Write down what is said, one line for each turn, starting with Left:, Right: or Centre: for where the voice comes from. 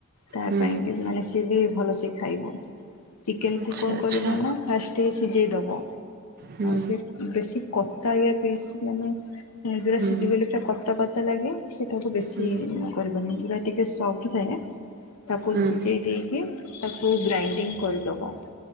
Left: ତା
Right: ହୁଁ
Left: ପାଇଁ ବି ମାନେ ସିଏ ବି ଭଲସେ ଖାଇବ ଚିକେକୁୁ
Right: ଆଚ୍ଛା
Left: କଣ
Right: ଆଚ୍ଛା
Left: କରିବ ନା ଫ୍ ଟିକେ ସିଝେଇ ଦବ
Right: ହୁଁ
Left: ସେ ବେଶୀ କତାଳିଆ ପିସ୍ ମାନେ ପୁରା
Right: ହୁଁ
Left: ସିଝିଗଲେ ପୁରା କତା କତା ଲାଗିବ ସେଇଟାକୁ ବେଶୀ
Right: ହୁଁ।
Left: କରିବନି ଯୁରା ଟିକେ ସଫ୍ଟ ଥାଏ ତାକୁ
Right: ହୁଁ
Left: ସିଝେଇ ଦେଇକି ତାକୁ ଗ୍ରାଇଣ୍ଡିଙ୍ଗ୍ କରିଦବ।